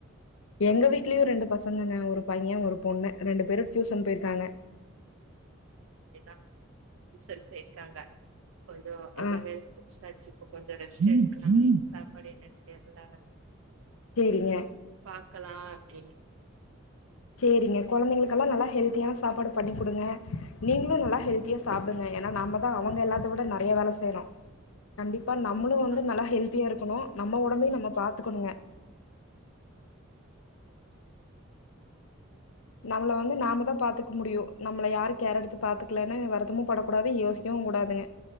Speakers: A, on the left; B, on the right.
A: எங்க வீட்லியு ரெண்டு பசங்கங்க ஒருப் பையே ஒருப் பொண்ணு ரெண்டுப் பேரு டியூசன் போயிர்க்காங்க
B: <inaudible> டியூஷன் போயிர்க்காங்க கொஞ்சோ எல்லா
A: ஆ
B: வேலை முடிசாச்சு இப்ப கொஞ்சோ ரெஸ்ட் எடுக்கலான் சாப்பாடு என்னன் தெர்ல
A: சேரிங்க
B: பாக்கலா அப்டினு
A: சேரிங்க கொழந்தைங்களுக்கெல்லாம் நல்லா ஹெல்தியான சாப்பாடு பண்ணி்க் குடுங்க நீங்ளு நல்லா ஹெல்த் த்தியா சாப்டுங்க எனா நாமதா அவங்க எல்லாத்த விட நெறைய வேல செய்றோ கண்டிப்பா நம்முளு வந்து
B: ஆ
A: நல்லா ஹெல்த்தியா இருக்கணு நம்ம ஒடம்பையு நம்ம பாத்துக்கணுங்க நம்மள வந்து நாமதா பாத்துக்க முடியு நம்ள யாருக் கேரெடுத்து பாத்துக்லேனு வருத் தமும் படக்கூடாது யோசிக்கவுங் கூடாதுங்க